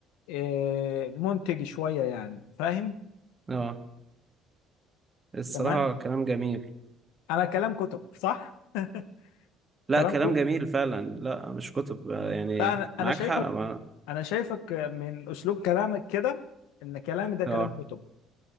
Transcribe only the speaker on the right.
اه الصراحة
كلام جميل
لا
كلام
جميل فعلا لا مش كتب آه، يعني
معاك
حق ما...
اه